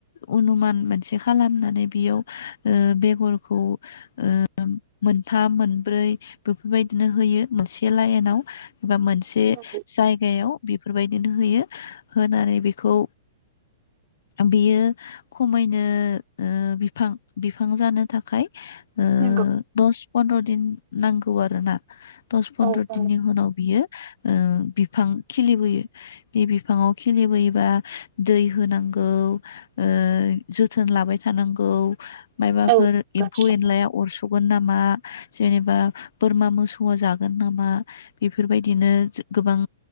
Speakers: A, on the left; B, on the right.
A: अनुमान मोनसे खालामनानै बेयाव ओ बेगरखौ ओ मोनथाम मोन ब्रै बेफोरबायदिनो होयो मोनसे लाइनाव एबा मोनसे
B: नंगौ
A: जायगायाव बेफोरबायदिनो होयो होनानै बेखौ बेयो खमैनो ओ बिफां बिफां जानो थाखाय ओ
B: नंगौ
A: दस पन्द्र दिन नांगौ आरोना दस पन्द्र
B: औ औ
A: दिननि उनाव बियो ओ बिफां खिलिबोयो बे बिफाङाव खिलिबोयोबा दै होनांगौ ओ जोथोन लाबाय थानांगौ मायबाफोर
B: औ नंगौ
A: एम्फौ एनलाया अरसगोन नामा जेनेबा बोरमा मोसौआ जागोन नामा बेफोरबायदिनो गोबां